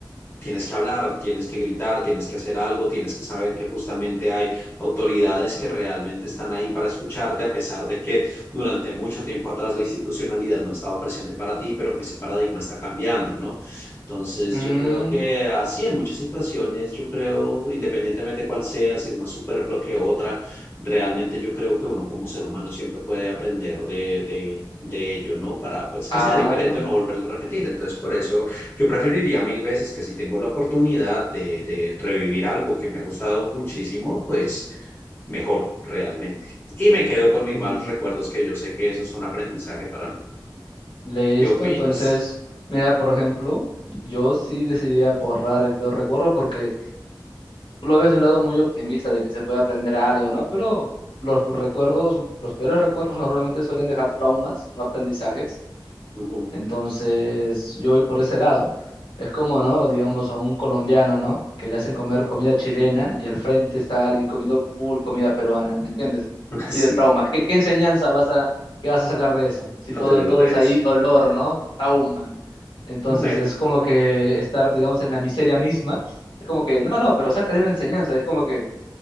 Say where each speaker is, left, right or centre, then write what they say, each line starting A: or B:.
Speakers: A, on the left; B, on the left.
A: tienes que hablar, tienes que gritar, tienes que hacer algo, tienes que saber que justamente hay autoridades que realmente están ahí para escucharte, a pesar de que durante mucho tiempo atrás la institucionalidad no estaba presente para ti, pero que ese paradigma está cambiando, ¿no? Entonces,
B: mm,
A: yo creo que así en muchas situaciones, yo creo, independientemente cuál sea, si es más superfluo que otra, realmente yo creo que uno como ser humano siempre puede aprender de, de, de ello, ¿no? Para pues que
B: ah,
A: sea diferente o no volverlo a repetir. Entonces, por eso yo preferiría mil veces que si tengo la oportunidad de, de revivir algo que me ha gustado muchísimo, pues mejor realmente. Y me quedo con mis
B: mm,
A: malos recuerdos, que yo sé que eso es un aprendizaje para mí.
B: listo.
A: ¿Qué opinas?
B: Entonces, mira, por ejemplo, yo sí decidiría borrar el peor recuerdo porque tú lo ves de un lado muy optimista de que se puede aprender algo, ¿no? Pero los recuerdos, los peores recuerdos normalmente suelen dejar traumas, no aprendizajes.
A: Ujú.
B: Entonces, yo voy por ese lado. Es como, ¿no? Digamos, a un colombiano, ¿no? Que le hacen comer comida chilena y al frente está alguien comiendo full comida peruana, ¿me entiendes?
A: <laughs>
B: Así
A: Sí,
B: de trauma. ¿Qué, qué enseñanza vas a, qué vas a sacar de eso? Si
A: a
B: todo,
A: tener
B: todo
A: de
B: es ahí
A: eso.
B: dolor, ¿no? Trauma. Entonces,
A: Bueno,
B: es como que estar, digamos, en la miseria misma. Es como que, no, no, pero sácale una enseñanza. Es como que